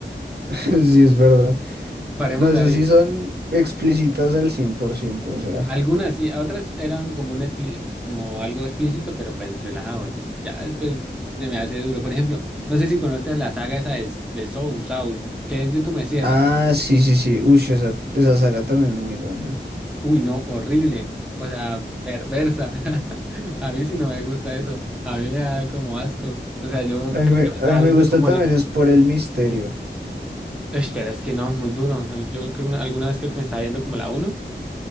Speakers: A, on the right; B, in the centre.
A: <laughs> Sí, es verdad.
B: <laughs> Paremos
A: No, esas
B: ahí.
A: sí son explícitas al 100% o sea.
B: Algunas sí, otras eran como un expli- como algo explícito, pero pues relajado. Y Ya después se me hace duro. Por ejemplo, no sé si conozcas la saga esa de, de Saw, Saw, que es de como de sierras.
A: Ah, sí, sí, sí. Uy, esa, esa saga también es muy buena.
B: Uy, no, horrible. O sea, perversa. <laughs> A mí sí no me gusta eso. A mí me da como asco. O sea, yo
A: A
B: creo
A: mí me,
B: que me estaba
A: a mí me
B: viendo
A: gusta
B: como
A: también
B: la
A: es por el misterio. <laughs>
B: Espera, es que no, muy duro. Yo creo una- alguna vez creo que me estaba viendo como la uno,